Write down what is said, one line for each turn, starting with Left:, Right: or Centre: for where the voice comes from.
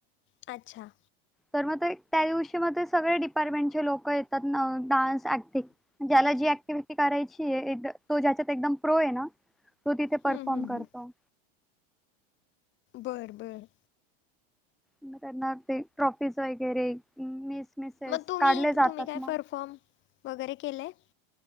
Left: अच्छा
Centre: तर मग त्या दिवशी म सगळे डिपार्टमेंटचे लोक येतात डान्स, ऍक्टिंग ज्याला जी ऍक्टिव्हटी करायची ये एक तो ज्याच्यात एकदम प्रो आहे ना तो तिथे
Left: हं,
Centre: परफॉर्म
Left: हं, हं.
Centre: करतो.
Left: बरं बरं
Centre: मग त्यांना ते ट्रॉफीज वगैरे मिस मिसेस
Left: मग तुम्ही
Centre: काढले जातात
Left: तुम्ही काय
Centre: मग
Left: परफॉर्म वगैरे केलय.